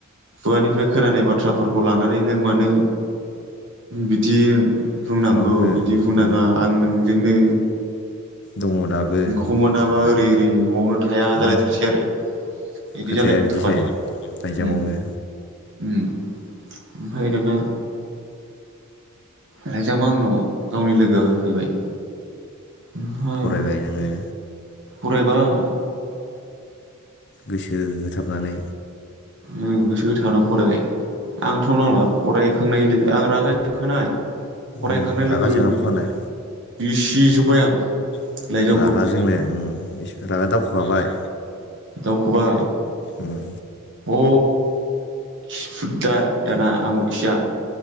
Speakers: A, on the right; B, on the left.
A: खुगानिफ्राय खोनानाय बाथ्राफोरखौ लानानै नों मानो बिदि बुंनांगौ
B: खालामखो
A: बिदि बुंनाङा
B: उम
A: आं नोंजोंनो
B: दङ दाबो
A: खौ मोनाबा
B: बा
A: ओरै ओरै न'आवनो थाया जालायथारसै
B: उम
A: आरो इदि
B: खोथाया
A: जालायहरथारबाय
B: बिदिसै लाइजामावनो
A: उम। उम ओमफाय दाना लाइजामा आंनाव गावनि लोगोआ होफैबाय। ओमफ्राय
B: फरायबाय नोङो
A: फरायबाय।
B: गोसो होथाबनानै
A: ओ गोसो होथदों फरायबाय आंथ नांला फरायखांनाय लोगो आं रागा जोंखानाय फरायखांनाय
B: उम रागा
A: लोगो लोग
B: जोंहाबखानाय
A: बिसिजोबबाय आं
B: रागाजोंनो
A: लाइजामखौ
B: रागा दावखोखाबाय।
A: दावखोबाय।
B: उम
A: अ खिफुदला दाना आमुखिया